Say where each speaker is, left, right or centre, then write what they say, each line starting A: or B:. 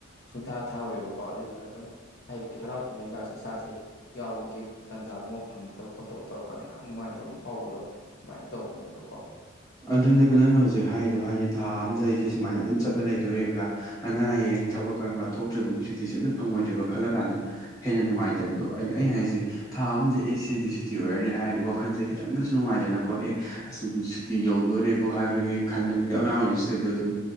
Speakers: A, on the left; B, on the left.
A: ꯁꯨꯡꯊꯥ ꯊꯥꯔꯣꯏꯕꯀꯣ ꯑꯗꯨꯗꯨꯅ ꯑꯗꯨꯝ ꯍꯥꯏꯕꯗꯤ ꯍꯔꯥꯎ ꯀꯨꯝꯍꯩꯒꯁꯤꯦ ꯏꯁꯥꯁꯦ ꯌꯥꯎꯕꯒꯤ ꯇꯥꯟꯖꯥꯒꯨꯝꯕ ꯐꯪꯉꯛꯇꯕ ꯈꯣꯠꯇꯕ ꯇꯧꯔꯀꯥꯟꯗ ꯌꯥꯝ ꯅꯨꯡꯉꯥꯏꯇꯕ ꯑꯃ ꯐꯥꯎꯕꯗꯣ ꯑꯗꯨꯃꯥꯏꯅ ꯇꯧꯕꯅꯦꯕꯀꯣ
B: ꯑꯗꯨꯅꯦꯕ ꯅꯪꯅ ꯍꯧꯖꯤꯛ ꯍꯥꯏꯗꯣ ꯍꯥꯏꯗꯤ ꯊꯥ ꯑꯝꯗ ꯑꯩꯁꯦ ꯁꯨꯃꯥꯏꯅ ꯑꯗꯨꯝ ꯆꯠꯂ ꯂꯩꯗꯣꯔꯤꯕ꯭ꯔꯥ ꯑꯅꯥ ꯑꯌꯦꯛ ꯊꯕꯛꯔ ꯑꯃ ꯊꯣꯛꯇ꯭ꯔꯤꯕ ꯃꯣꯏꯁꯤꯗꯤꯤꯤꯁꯝꯇ ꯐꯪꯉꯣꯏꯗ꯭ꯔꯦꯕ ꯈꯜꯂ ꯀꯥꯟꯗ ꯍꯦꯟꯅ ꯅꯨꯡꯉꯥꯏꯇꯕꯗꯣ ꯍꯥꯏꯗꯤ ꯑꯩꯅ ꯍꯥꯏꯁꯦ ꯊꯥ ꯑꯝꯗ ꯑꯦ ꯁꯤꯗꯤ ꯁꯨꯇꯤ ꯑꯣꯏꯔꯅꯤ ꯍꯥꯏꯔꯗꯤ ꯋꯥꯈꯜꯁꯦ ꯈꯤꯇꯪꯗꯁꯨ ꯅꯨꯡꯉꯥꯏꯗꯅꯀꯣ ꯑꯦꯁ ꯇꯤ ꯌꯧꯗꯣꯔꯦꯕꯣ ꯍꯥꯏꯕꯒꯤ ꯈꯟꯕꯅꯤ ꯈꯗꯦ ꯑꯉꯥꯡ ꯑꯣꯏꯔꯤꯩꯁꯨꯗ ꯑꯣꯏꯏꯗꯣ ꯑꯗꯨꯝ